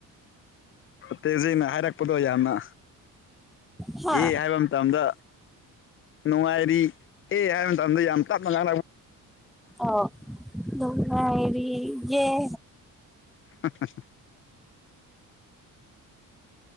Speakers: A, on the left (about 35°); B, in the centre.
A: ꯇꯦꯖꯤꯅ ꯍꯥꯏꯔꯛꯄꯗꯣ ꯌꯥꯝꯅ
B: ꯍꯥ
A: ꯑꯦ ꯍꯥꯏꯕ ꯃꯇꯝꯗ ꯅꯨꯡꯉꯥꯏꯔꯤ ꯑꯦ ꯍꯥꯏꯕ ꯃꯇꯝꯗ ꯌꯥꯝ ꯇꯞꯅ ꯀꯥꯟꯅꯕ
B: ꯑꯣꯥꯎꯔꯤ ꯌꯦꯦ
A: <inaudible>